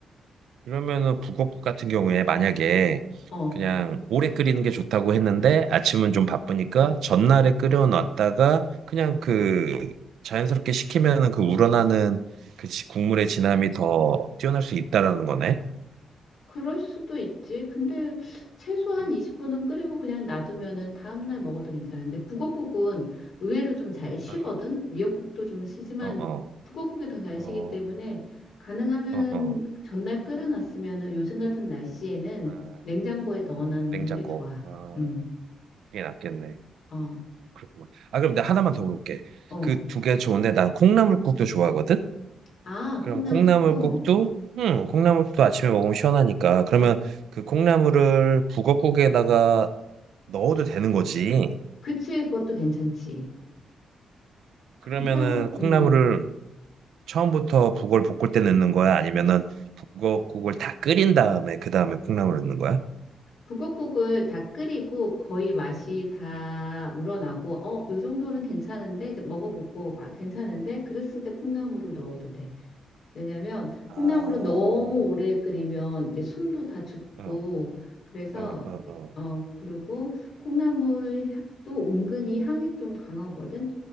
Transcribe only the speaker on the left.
어,
그럴 수도 있지. 근데 최소한
20분은 끓이고 그냥 놔두면은 다음날 먹어도 괜찮은데 북엇국은 의외로 좀 잘 쉬거든.
미역국도 좀 쉬지만
북엇국이 더 잘
쉬기 때문에 가능하면은
전날 끓여놨으면은 요즘 같은 날씨에는
냉장고에 넣어놓는
게 좋아.
음,
어,
어.
아,
콩나물국.
그치, 그것도 괜찮지.
콩나물,
음.
북엇국을 다 끓이고 거의 맛이 다
우러나고, 어, 요 정도는 괜찮은데, 이제 먹어보고, 막 괜찮은데, 그랬을 때 콩나물을 넣어도 돼. 왜냐면,
콩나물은
너무 오래 끓이면 이제 숨도 다 죽고,
그래서,
어, 그리고 콩나물 향도 은근히 향이 좀 강하거든.